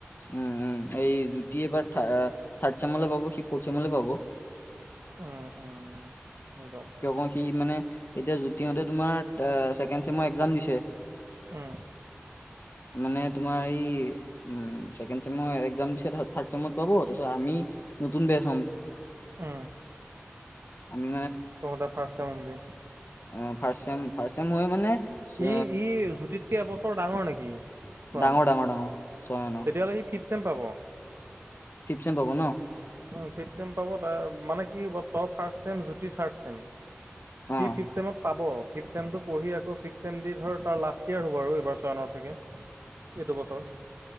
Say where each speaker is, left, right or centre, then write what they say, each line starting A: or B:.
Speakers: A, on the left; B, on the right.
A: উম - উম এই জুতি এবাৰ থাৰ্ড চেমলৈ পাব স ফৰ্থ চেমলৈ পাব।
B: উম - উম। গম পাইছোঁ।
A: কিয় কও সি মানে এতিয়া যতিহতে তোমাৰ ছেকেণ্ড চেম এক্সাম দিছে।
B: উম,
A: মানে তোমাৰ এই উম, ছেকেণ্ড চেমৰ একাম দিছে তাৰত থাৰ্ড চেমত পাব তাৰপিছত আমি নতুন বেচ'ম
B: উম
A: আমি
B: তহত ফাৰ্ষ্ট চেম হবি।
A: অ, ফাৰ্ষ চেম - ফাৰ্ষ চেম হয় মানে চ-
B: ই-ই জুতিতকে এবছৰ ডাঙৰ নেকি?
A: ডাঙৰ
B: ন
A: ডাঙৰ ডাঙৰ ছয় মানৰ
B: তেতিয়াহ'লে সি ফিফ চেম পাব
A: ফিপচেম পাব ন।
B: অ' ফিফ চেম পাব মানে, কি হ'ব top first sem Jyoti third sem. সি
A: অ
B: ফিফথ চেমত পাব। ফিথ ছেমটো পঢ়ি আকৌ ছিক্স ছেম দি ধৰ তাৰ লাষ্ট ইয়ে হ'ব আৰু এইবাৰ ছয়াননৰ চাগে। এইটো বছৰ,